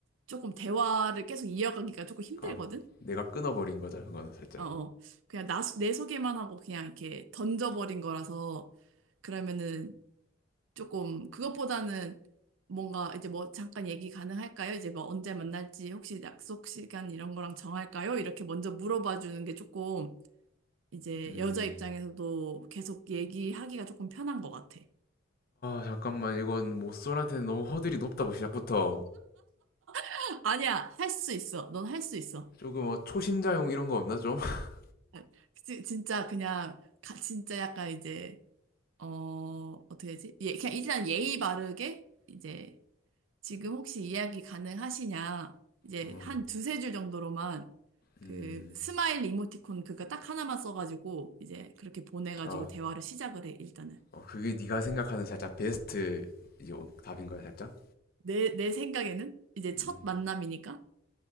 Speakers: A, on the right; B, on the left.
A: 조금 대화를 계속 이어가기가 조금 힘들거든.
B: 아 내가 끊어버린 거죠 그거는 살짝
A: 어, 어. 그냥 나, 내 소개만 하고 그냥 이렇게 던져버린 거라서 그러면은 조금 그것보다는 뭔가 이제 뭐 잠깐 얘기 가능할까요? 이제 뭐 언제 만날지 혹시 약속 시간 이런 거랑 정할까요? 이렇게 먼저 물어봐 주는 게 조금 이제
B: 음아
A: 여자 입장에서도 계속 얘기하기가 조금 편한 것 같아.
B: 잠깐만 이건 모쏠한테는 너무 허들이 높다고 시작부터
A: <laughs> 아니야, 할 수 있어. 넌 할 수 있어.
B: 조금 어, 초심자용 이런 거 없나 좀? <laughs>
A: 아, 지- 진짜 그냥 가- 진짜 약간 이제 어 어떻게 해야지? 예, 그냥 일단 예의 바르게 이제 지금 혹시 이야기 가능하시냐? 이제
B: 어,
A: 한 두세 줄 정도로만 그
B: 음,
A: 스마일 이모티콘 그거 딱 하나만 써가지고 이제 그렇게 보내가지고
B: 아
A: 대화를 시작을 해, 일단은.
B: 어, 그게 네가 생각하는 살짝 베스트 이제 오- 답인 거야 살짝?
A: 내, 내 생각에는 이제 첫
B: 음.
A: 만남이니까